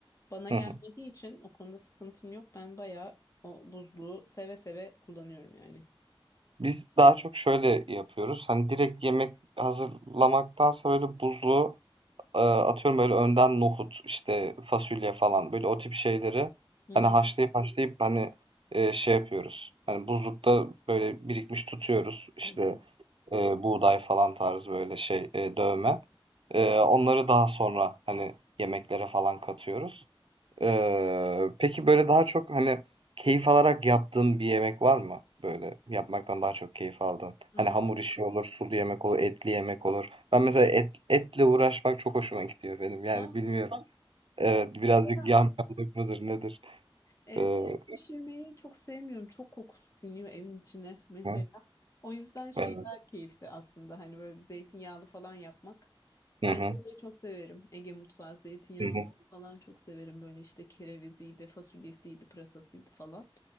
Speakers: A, on the left; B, on the right.
A: Bana gelmediği
B: hı. hı.
A: için o konuda sıkıntım yok. Ben bayağı o buzluğu seve seve kullanıyorum yani.
B: Biz daha çok şöyle yapıyoruz. Hani direkt yemek hazırlamaktansa böyle buzlu. Eee, atıyorum böyle önden nohut, işte fasulye falan böyle o tip şeyleri
A: Hı
B: hani
A: hı.
B: haşlayıp haşlayıp hani eee, şey yapıyoruz. Hani buzlukta böyle birikmiş tutuyoruz. İşte
A: Hı hı.
B: eee, buğday falan tarzı böyle şey eee, dövme. Eee, onları daha sonra hani yemeklere falan katıyoruz. Eee, peki böyle daha çok hani keyif alarak yaptığın bir yemek var mı? Böyle yapmaktan daha çok keyif aldın.
A: Aa,
B: Hani hamur işi olur, sulu yemek olur, etli yemek olur. Ben mesela et, etle uğraşmak çok hoşuma gidiyor benim. Yani
A: vallahi.
B: bilmiyorum. Evet, birazcık
A: Evde de
B: yamyamlık mıdır nedir?
A: Evde
B: Eee,
A: et pişirmeyi çok sevmiyorum. Çok kokusu siniyor evin içine mesela.
B: hı,
A: O yüzden şey
B: evet.
A: daha keyifli aslında. Hani böyle bir zeytinyağlı falan yapmak.
B: Hı
A: Ben
B: hı,
A: şeyleri çok severim. Ege mutfağı zeytinyağlı
B: hı hı,
A: falan çok severim. Böyle işte kereviziydi, fasulyesiydi, pırasasıydı falan.